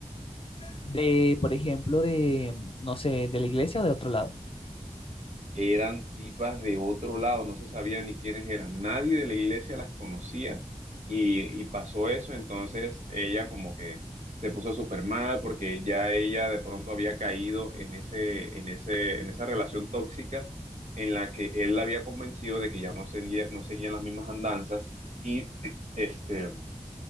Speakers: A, on the left; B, on the right.
A: de, por ejemplo, de, no sé, de la iglesia o de otro lado.
B: eran tipas de otro lado, no se sabía ni quiénes eran, nadie de la iglesia las conocía y, y pasó eso, entonces ella como que se puso súper mal porque ya ella de pronto había caído en ese, en ese, en esa relación tóxica en la que él la había convencido de que ya no seguía, no seguían las mismas andanzas y <clears throat> este